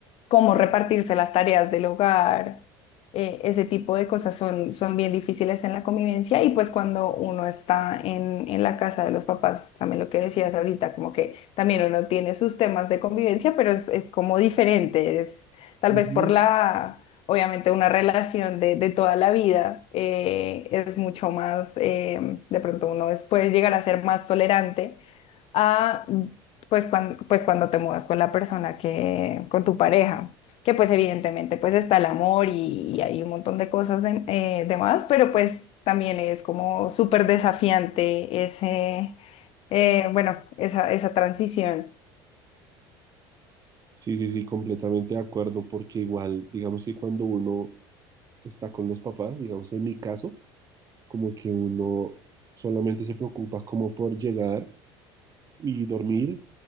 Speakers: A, on the left; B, on the right.
A: cómo repartirse las tareas del hogar, eh, ese tipo de cosas son, son bien difíciles en la convivencia y pues cuando uno está en, en la casa de los papás, también lo que decías ahorita, como que también uno tiene sus temas de convivencia, pero es, es como diferente, es tal
B: Ujú.
A: vez por la Obviamente una relación de, de toda la vida eh, es mucho más, eh, de pronto uno es- puede llegar a ser más tolerante a, pues, cuan- pues cuando te mudas con la persona que, con tu pareja, que pues evidentemente pues está el amor y, y hay un montón de cosas de, eh, de más, pero pues también es como súper desafiante ese, eh, bueno, esa, esa transición.
B: Sí, sí, sí, completamente de acuerdo, porque igual, digamos que cuando uno está con los papás, digamos en mi caso, como que uno solamente se preocupa como por llegar y dormir